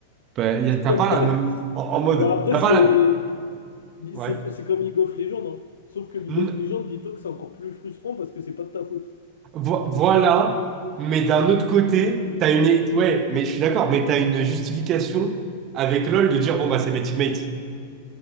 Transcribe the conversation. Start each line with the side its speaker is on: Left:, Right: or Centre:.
Right: Bah, y a- t'as
Left: ouais.
Right: pas la même...
Left: <laughs>
Right: En, en mode...
Left: Bah, après,
Right: T'as
Left: c'est.
Right: pas la... Ouais.
Left: C'est c'est comme League of Legends. hein. Sauf que League
Right: Mm,
Left: of Legends, dis-toi que c'est encore plus frustrant parce que c'est pas de ta faute.
Right: vo- voilà, mais d'un autre côté, t'as une... é- Ouais, mais je suis d'accord, mais t'as une justification avec LoL de dire, bon, bah, c'est mes teammates.